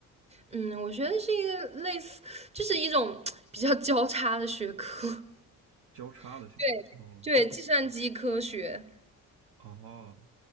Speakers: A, on the right; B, on the right.
A: 嗯，我觉得是一个类似，就是一种 <tsk> 比较交叉的学科。<laughs>
B: 交叉的学科，
A: 对，
B: 哦
A: 对，计算机科学。
B: 哦，